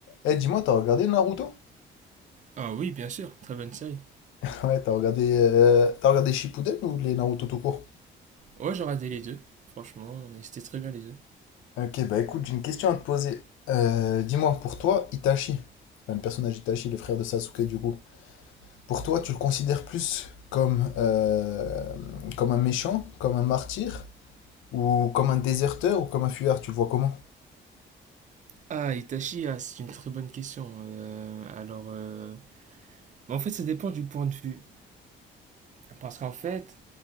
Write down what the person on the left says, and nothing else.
Eh, dis-moi, t'as regardé Naruto?
<laughs> Ouais, t'as regardé, euh, t'as regardé Shippuden ou les Naruto tout court?
Ok, bah écoute, j'ai une question à te poser. Euh, dis-moi, pour toi, Itachi, enfin, le personnage Itachi, le frère de Sasuke du coup, pour toi, tu le considères plus comme, euh, comme un méchant, comme un martyr, ou comme un déserteur, ou comme un fuyard? Tu le vois comment?